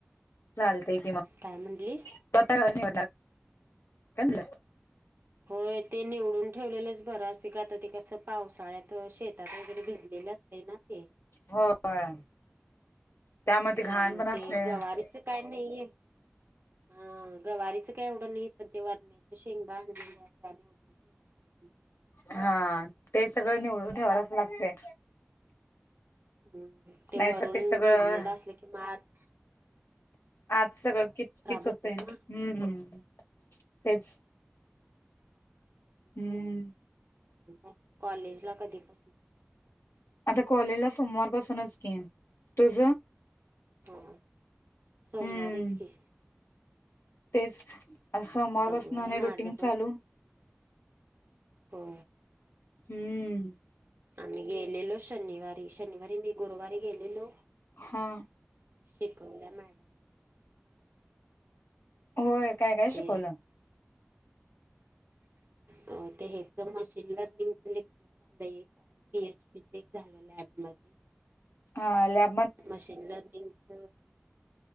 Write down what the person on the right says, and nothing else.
काय म्हणलीस?
होय ते निवडून ठेवलेलंच बर असतंय क आता ते पावसाळ्यात तर शेतात वगैरे भिजलेले असतंय ना ते
त्यामुळे
गवारीचं ते काय नाही घे हा गवारीचं काही एवढं नाही पण ते वरण्याच्या शेंगा आणलेल्या त्या आणि चिरा <unintelligible>
हम् ते
वरून
भेजलेलं असलं की मात
होतात
ना
आणि मग कॉलेज ला कधी पस
ह सोमवारीच
की
बघूया
माझं
हो
आम्ही गेलेलो शनिवारी शनिवारी म गुरुवारी गेलेलो
शिकवला मॅडम
ते
हो ते हच मशीन लर्निंगच लेक्चर पी एची एक झालो लॅबमध्येध्ये
मशीन लर्निंगस